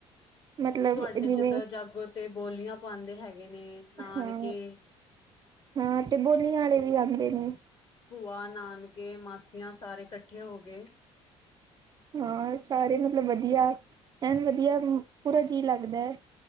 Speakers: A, on the right (about 40°); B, on the left (about 45°).
A: ਮਤਲਬ
B: ਤੁਹਾਡੇ
A: ਜਿਵੇਂ
B: ਚ ਤਾਂ ਜਾਗੋ ਤੇ ਬੋਲੀਆਂ ਪਾਉਂਦੇ ਹੈਗੇ ਹੇਗੇ ਨੇ, ਨਾਨਕੇ
A: ਹਾਂ ਹਾਂ ਤੇ ਬੋਲੀਆਂ ਵਾਲੇ ਵੀ ਆਉਂਦੇ ਨੇ
B: ਭੂਆ, ਨਾਨਕੇ, ਮਾਸੀਆਂ, ਸਾਰੇ ਇਕੱਠੇ ਹੋ ਗਏ
A: ਹਾਂ ਸਾਰੇ ਮਤਲਬ ਵਧੀਆ ਐ ਵਧੀਆ ਪੂਰਾ ਜੀਅ ਲੱਗਦਾ ਏ।